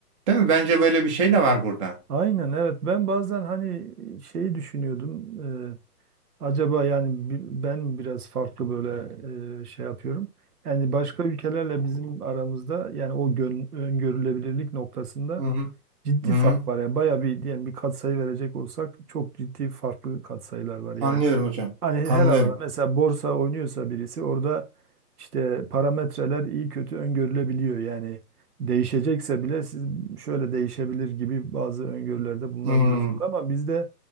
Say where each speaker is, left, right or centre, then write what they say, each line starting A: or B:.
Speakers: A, on the right; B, on the right.
A: Değil mi? Bence böyle bir şey de var burada.
B: Aynen evet. Ben bazen hani şeyi düşünüyordum. Ee, acaba yani bi- ben biraz farklı böyle e, şey yapıyorum. Yani başka ülkelerle bizim aramızda yani o gön- öngörülebilirlik noktasında
A: Hı hı.
B: ciddi
A: Hı hı.
B: fark var. Yani bayağı bir diyelim bir katsayı verecek olsak çok ciddi farklı katsayılar var yani.
A: Anlıyorum hocam.
B: Hani
A: Anlıyorum.
B: her alanda mesela borsa oynuyorsa birisi orada işte parametreler iyi kötü öngörülebiliyor. Yani değişecekse bile siz şöyle değişebilir gibi bazı öngörülerde bulunabiliyorsunuz.
A: Hı,
B: Ama bizde